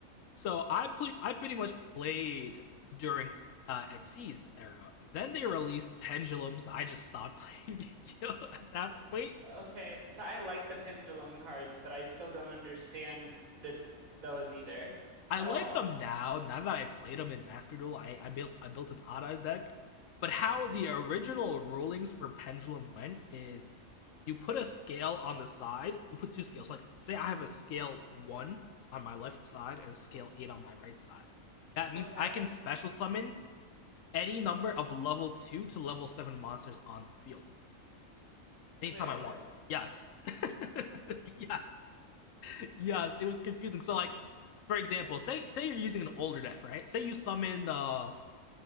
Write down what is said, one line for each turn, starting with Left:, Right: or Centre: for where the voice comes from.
Left: So I play I pretty much played during uh, XC's era. Then they released Pendulums. I just stopped <laughs> playing Yu-Gi-Oh at that point.
Right: Okay, so I like the pendulum cards, but I still don't understand the those either
Left: I
Right: at
Left: like
Right: all.
Left: them now. Now that I played them in Master Duel, I, I built I built an Odd Eyes deck. But how
Right: hmm
Left: the original rulings for Pendulum went is you put a scale on the side. You put two scales. Like say I have a scale one on my left side and a scale eight on my right side. That means
Right: Okay.
Left: I can special summon any number of level two to level seven monsters on the field anytime
Right: Wait,
Left: I
Right: what?
Left: want. Yes, <laughs> yes. Yes, it was confusing. So like, for example, say say you're using an older deck, right? Say you summon uh